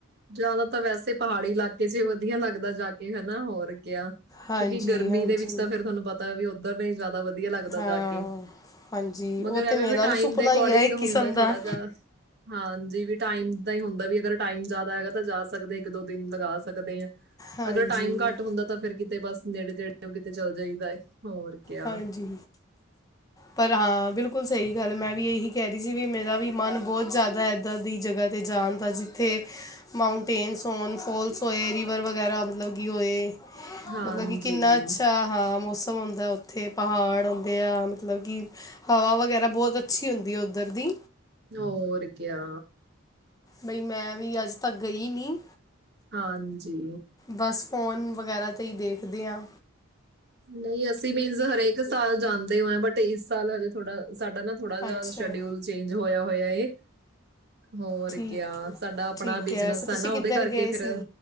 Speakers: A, on the right (about 50°); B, on the left (about 15°).
A: ਜ਼ਿਆਦਾ ਤਾਂ ਵੈਸੇ ਪਹਾੜੀ ਇਲਾਕੇ 'ਚ ਹੀ ਵਧੀਆ ਲੱਗਦਾ ਜਾ ਕੇ ਹਨਾ। ਹੋਰ ਕਿਆ
B: ਹਾਂਜੀ
A: ਕਿਉਂਕਿ ਗਰਮੀ
B: ਹਾਂਜੀ
A: ਦੇ ਵਿੱਚ ਤਾਂ ਫਿਰ ਤੁਹਾਨੂੰ ਪਤਾ ਵੀ ਉੱਧਰ ਦੇ ਜ਼ਿਆਦਾ ਵਧੀਆ ਲੱਗਦਾ
B: ਹਾਂ
A: ਜਾ ਕੇ
B: ਹਾਂਜੀ
A: ਮਗਰ
B: ਉਹ ਤੇ
A: ਐਵੇ
B: ਮੇਰਾ
A: ਟਾਇਮ
B: ਵੀ ਸੁਪਨਾ
A: ਦੇ ਅਕੋਡਿੰਗ
B: ਹੀ ਹੈ ਇੱਕ ਕਿਸਮ
A: ਹੁੰਦਾ
B: ਦਾ
A: ਥੋੜਾ ਜਾ। ਹਾਂਜੀ ਵੀ ਟਾਈਮ ਦਾ ਹੀ ਹੁੰਦਾ ਵੀ ਅਗਰ ਟਾਈਮ ਜਿਆਦਾਂ ਹੈਗਾ ਤਾਂ ਜਾ ਸਕਦੇ ਆ। ਇੱਕ ਦੋ ਦਿਨ ਲਗਾ ਸਕਦੇ ਆ।
B: ਹਾਂਜੀ
A: ਅਗਰ ਟਾਈਮ ਘੱਟ ਹੁੰਦਾ ਤਾਂ ਫੇਰ ਕਿਤੇ ਬਸ ਨੇੜੇ ਤੇੜੇ ਉਹ ਕਿਤੇ ਚੱਲ ਜਾਈਦਾ ਐ। ਹੋਰ ਕਿਆ।
B: ਹਾਂਜੀ। ਪਰ ਹਾਂ ਬਿਲਕੁਲ ਸਹੀ ਗੱਲ ਮੈਂ ਵੀ ਇਹੀ ਕਹਿ ਰਹੀ ਸੀ ਵੀ ਮੇਰਾ ਵੀ ਮਨ ਬਹੁਤ ਜ਼ਿਆਦਾ ਇੱਦਾਂ ਦੀ ਜਗ੍ਹਾਂ ਤੇ ਜਾਣ ਦਾ ਜਿੱਥੇ ਮਾਊਂਟੇਨਸ ਹੋਣ, ਫੋਲਸ ਹੋਏ, ਰੀਵਰ ਵਗੈਰਾ ਮਤਲਬ ਕਿ ਹੋਏ
A: ਹਾਂਜੀ
B: ਮਤਲਬ ਕਿ ਕਿੰਨਾ ਅੱਛਾ ਹਾਂ, ਮੌਸਮ ਹੁੰਦਾ ਉੱਥੇ ਪਹਾੜ ਆਉਂਦੇ ਆ, ਮਤਲਬ ਕਿ ਹਵਾ ਵਗੈਰਾ ਬਹੁਤ ਅੱਛੀ ਹੁੰਦੀ ਆ ਉੱਧਰ ਦੀ
A: ਹੋਰ ਕਿਆ।
B: ਬਈ ਮੈਂ ਵੀ ਅੱਜ ਤੱਕ ਗਈ ਨੀ।
A: ਹਾਂਜੀ।
B: ਬੱਸ ਫੋਨ ਵਗੈਰਾ 'ਤੇ ਹੀ ਦੇਖਦੇ ਆ।
A: ਨਹੀਂ ਅਸੀਂ ਮੀਨਸ ਹਰੇਕ ਇਸ ਸਾਲ ਜਾਂਦੇ ਹੋਏ ਬਟ ਇਸ ਸਾਲ ਹਜੇ ਥੋੜਾ ਸਾਡਾ ਨਾ ਥੋੜਾ ਜਿਹਾ
B: ਅੱਛਾ
A: ਸ਼ਡਿਊਲ ਚੇਂਜ ਹੋਇਆ-ਹੋਇਆ ਏ। ਹੋਰ
B: ਠੀਕ
A: ਕਿਆ, ਸਾਡਾ ਆਪਣਾ
B: ਠੀਕ
A: ਬਿਜਨਸ
B: ਹੈ ਵੈਸੇ ਤੁਸੀਂ
A: ਐ ਨਾ
B: ਕਿੱਧਰ
A: ਉਹਦੇ ਕਰਕੇ
B: ਗਏ ਸੀ
A: ਫਿਰ